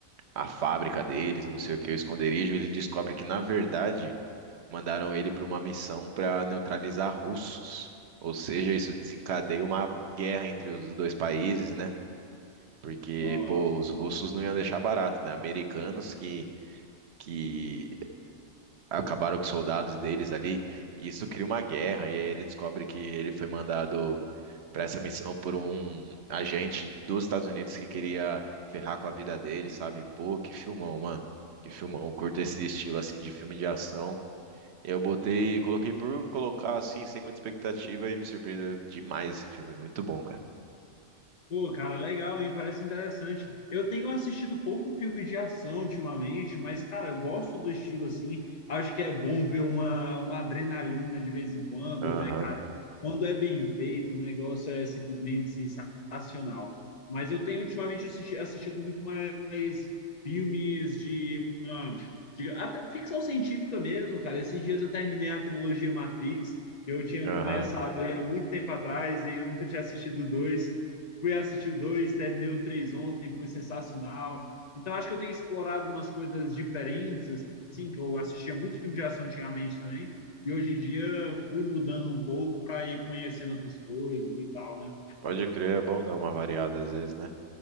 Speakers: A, on the right; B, on the left.
A: a fábrica deles, não sei o que, o esconderijo, ele descobre que, na verdade, mandaram ele para uma missão para neutralizar russos. Ou seja, isso desencadeia uma guerra entre os dois países, né? Porque,
B: Nossa.
A: pô, os russos não iam deixar barato, né? Americanos que que acabaram com os soldados deles ali, e isso cria uma guerra, e aí ele descobre que ele foi mandado para essa missão por um agente dos Estados Unidos que queria ferrar com a vida dele, sabe? Pô, que filmão, mano. Que filmão. Eu Curto esse estilo assim de filme de ação. Eu botei, coloquei por colocar assim, sem muita expectativa, e me surpreendeu demais esse filme. Muito bom, cara.
B: Pô, cara, legal, hein? Parece interessante. Eu tenho assistido pouco filme de ação ultimamente, mas, cara, eu gosto do estilo assim. Acho que é bom ver uma, uma adrenalina de vez em quando,
A: Aham,
B: né, cara? Quando é bem feito, o negócio é simplesmente sensacional. Mas eu tenho ultimamente assisti- assistido muito mais filmes de uma. De, até ficção científica mesmo, cara. Esses dias eu terminei a trilogia Matrix, que eu tinha
A: aham.
B: começado aí há muito tempo atrás, e aí eu nunca tinha assistido dois fui assistir o 2, terminei o 3 ontem, foi sensacional. Então, acho que eu tenho explorado umas coisas diferentes, assim, que eu assistia muito filme de ação antigamente também, e hoje em dia fui mudando um pouco para ir conhecendo outras coisas e tal, né?
A: Pode crer, é bom dar uma variada às vezes, né?